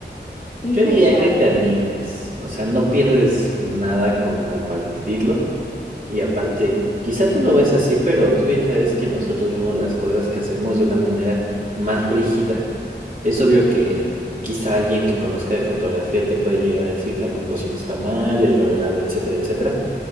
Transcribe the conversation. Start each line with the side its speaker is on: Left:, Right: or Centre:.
Left: y
Right: Yo
Left: que
Right: diría
Left: se vea.
Right: que te animes, o sea, no pierdes nada con compartirlo. Y aparte, quizá tú lo ves así, pero tú bien sabes que nosotros vemos las cosas que hacemos de una manera más rígida. Es obvio que quizá alguien que conozca de fotografía te puede llegar a decir la composición está mal, el revelado, etcétera, etcétera.